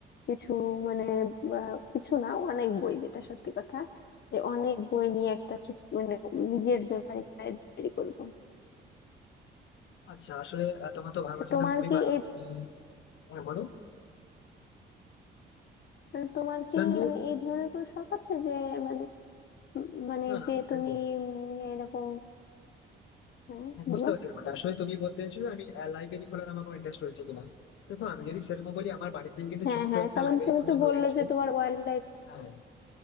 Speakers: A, on the left; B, on the left.
A: কিছু মানে আহ, কিছু না অনেক বই যেটা সত্যি কথা যে অনেক বই নিয়ে একটা ছোট- মানে নিজের জন্য লাইব্রেরি করবো
B: আচ্ছা আসলে আহ, তোমার তো ভালোবাসাটা
A: তা তোমার
B: খুবই
A: কি
B: ভালো
A: এই
B: তুমি হ্যাঁ বলো
A: মানে তোমার
B: বলছিলাম
A: কি
B: যে
A: মানে এই ধরনের কোনো শখ আছে যে মানে উম, মানে
B: না না
A: যে
B: না, দেখো
A: তুমি উম, এরকম হ্যাঁ
B: হ্যাঁ,
A: বলো
B: বুঝতে পারছি ব্যাপারটা আসলে তুমি বলতে চাইছো যে আমি লাইব্রেরি খোলার আমার কোনো ইন্টারেস্ট রয়েছে কিনা দেখো আমি যদি সেরকম বলি আমার বাড়িতে কিন্তু
A: হ্যাঁ
B: ছোট্ট
A: হ্যাঁ
B: একটা
A: কারণ
B: লাইব্রেরি
A: তুমি
B: মতন
A: তো বললে
B: রয়েছে
A: যে তোমার ওয়াইল্ড
B: হ্যাঁ